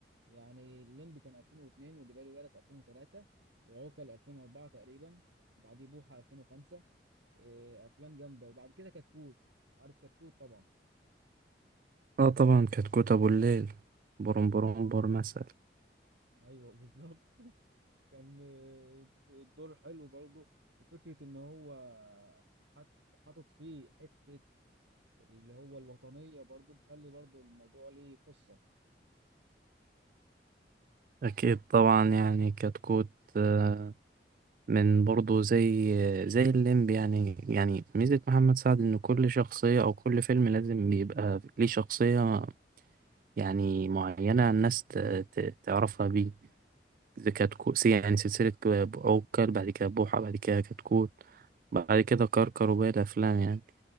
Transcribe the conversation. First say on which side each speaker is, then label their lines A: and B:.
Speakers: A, on the right; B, on the right.
A: يعني الليمبي كان 2002 واللي بالي بالك 2003 وعوكل 2004 تقريبا بعديه بوحه 2005 إيه، افلام جامده وبعد كده كتكوت عارف كتكوت طبعا
B: آه طبعا كتكوت أبو الليل بروم بروم بور مثلا
A: ايوه بالظبط كان آه، الدور حلو برضه وفكرة إن هو حط- حاطط فيه حتة اللي هو الوطنية برضه مخلي برضه الموضوع ليه قصة
B: أكيد طبعا يعني كتكوت آه، من برضه زي زي الليمب يعني يعني ميزة محمد سعد إن كل شخصية أو كل فيلم لازم بيبقى ليه شخصية يعني معينة الناس ت- ت- تعرفها بيه زي كتكوت سي- يعني سلسلة ك- عوكل بعد كده بوحة بعد كده كتكوت بعد كده كركر وباقي الأفلام يعني